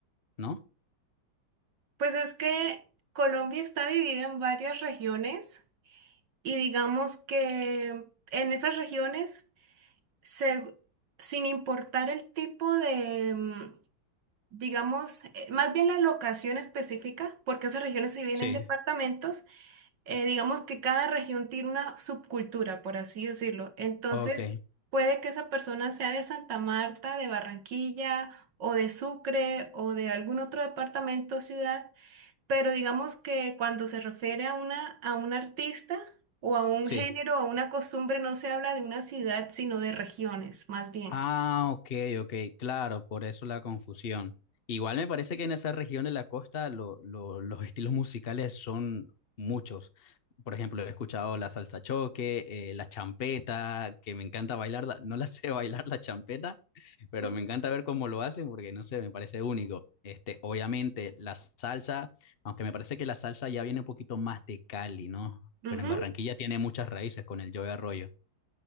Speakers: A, on the left (about 45°); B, on the right (about 60°).
A: ¿no?
B: Pues es que Colombia está dividida en varias regiones. Y digamos que en esas regiones, se- sin importar el tipo de, mm, digamos, eh, más bien la locación específica, porque esas regiones se vienen
A: Sí,
B: en departamentos, eh, digamos que cada región tiene una subcultura, por así decirlo. Entonces,
A: ok,
B: puede que esa persona sea de Santa Marta, de Barranquilla, o de Sucre, o de algún otro departamento o ciudad. Pero digamos que cuando se refiere a una, a un artista o a un
A: sí.
B: género o a una costumbre, no se habla de una ciudad, sino de regiones, más bien.
A: Ah, ok, ok, claro, por eso la confusión. Igual me parece que en esa región de la costa lo- lo- los estilos musicales son muchos. Por ejemplo, he escuchado la salsa choque, eh, la champeta, que me encanta bailarla. No la sé <laughs> bailar la champeta, pero
B: ¿Mm?
A: me encanta ver cómo lo hacen porque no sé, me parece único. Este, obviamente la salsa, aunque me parece que la salsa ya viene un poquito más de Cali, ¿no?
B: Ujú.
A: Pero en Barranquilla tiene muchas raíces con el Joe Arroyo.